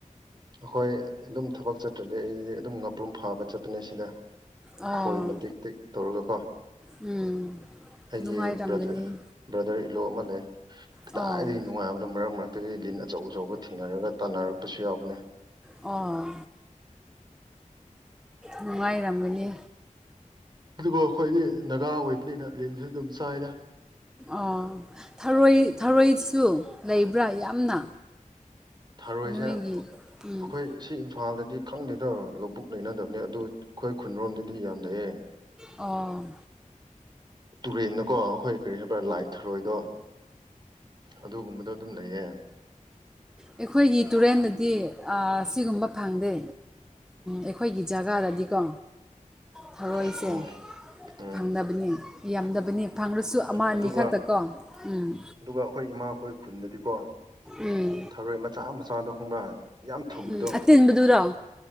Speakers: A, on the right (about 30°); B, in the centre.
A: ꯑꯩꯈꯣꯏ ꯑꯗꯨꯝ ꯊꯕꯛ ꯆꯠꯇ꯭ꯔꯗꯤ ꯑꯩꯗꯤ ꯑꯗꯨꯝ ꯉꯥꯄ꯭ꯔꯨꯝ ꯐꯥꯕ ꯆꯠꯄꯅꯦ ꯁꯤꯗ
B: ꯑꯣ
A: ꯈꯣꯏ ꯃꯇꯦꯛ ꯇꯦꯛ ꯇꯧꯔꯒꯀꯣ
B: ꯎꯝ
A: ꯑꯩꯒꯤ
B: ꯅꯨꯡꯉꯥꯏꯔꯝꯒꯅꯤ
A: ꯕ꯭ꯔꯗꯔ ꯕ꯭ꯔꯗꯔ ꯏꯜꯂꯣ ꯑꯃ ꯂꯩ ꯀꯗꯥꯏꯗꯒꯤ
B: ꯑꯣ
A: ꯅꯨꯡꯉꯥꯏꯕ ꯑꯗꯨ ꯃꯔꯛ ꯃꯔꯛꯇꯗꯤ ꯂꯤꯟ ꯑꯆꯧ ꯑꯆꯧꯕ ꯊꯦꯡꯅꯔꯒ ꯇꯥꯟꯅꯔꯛꯄꯁꯨ ꯌꯥꯎꯕꯅꯦ
B: ꯑꯣ ꯅꯨꯡꯉꯥꯏꯔꯝꯒꯅꯤ
A: ꯑꯗꯨꯒ ꯑꯩꯈꯣꯏꯗꯤ ꯅꯥꯒꯥ ꯑꯣꯏꯕꯅꯤꯅ ꯂꯤꯟꯁꯨ ꯑꯗꯨꯝ ꯆꯥꯏꯗ
B: ꯑꯣ ꯊꯔꯣꯏ ꯊꯔꯣꯏꯁꯨ ꯂꯩꯕ꯭ꯔꯥ ꯌꯥꯝꯅ
A: ꯊꯔꯣꯏꯁꯦ
B: ꯅꯣꯏꯒꯤ
A: ꯑꯩꯈꯣꯏ
B: ꯎꯝ
A: ꯁꯤ ꯏꯐꯥ ꯏꯝꯐꯥꯜꯗꯗꯤ ꯈꯪꯗꯦꯗꯣ ꯂꯧꯕꯨꯛ ꯂꯩꯅꯗꯕꯅꯦ ꯑꯗꯨ ꯑꯩꯈꯣꯏ ꯈꯨꯟꯔꯣꯝꯗꯗꯤ ꯌꯥꯝ ꯂꯩꯌꯦꯦ
B: ꯑꯣ
A: ꯇꯨꯔꯦꯜꯗꯀꯣ ꯑꯩꯈꯣꯏ ꯀꯔꯤ ꯍꯥꯏꯕ꯭ꯔꯥ ꯂꯥꯏ ꯊꯔꯣꯏꯗꯣ ꯑꯗꯨꯒꯨꯝꯕꯗꯣ ꯑꯗꯨꯝ ꯂꯩꯌꯦ
B: ꯑꯩꯈꯣꯏꯒꯤ ꯇꯨꯔꯦꯟꯗꯗꯤ ꯁꯤꯒꯨꯝꯕ ꯐꯪꯗꯦ ꯑꯩꯈꯣꯏꯒꯤ ꯖꯒꯥꯗꯗꯤꯀꯣ
A: <unintelligible>
B: ꯊꯧꯔꯣꯏꯁꯦ
A: ꯑꯣ ꯎꯝ
B: ꯐꯪꯗꯕꯅꯤ ꯌꯥꯝꯗꯕꯅꯤ ꯐꯪꯔꯁꯨ ꯑꯃ
A: ꯑꯗꯨꯒ
B: ꯑꯅꯤ ꯈꯛꯇꯀꯣ ꯎꯝ
A: ꯑꯗꯨꯒ ꯑꯩꯈꯣꯏ ꯏꯃꯥꯈꯣꯏ ꯈꯨꯟꯗꯗꯤꯀꯣ
B: ꯎꯝ
A: ꯊꯔꯣꯏ ꯃꯆꯥ ꯃꯆꯥꯗꯣ ꯈꯪꯕ ꯌꯥꯝ ꯊꯨꯝꯕꯗꯣ
B: ꯎꯝ ꯑꯇꯤꯟꯕꯗꯨꯔꯣ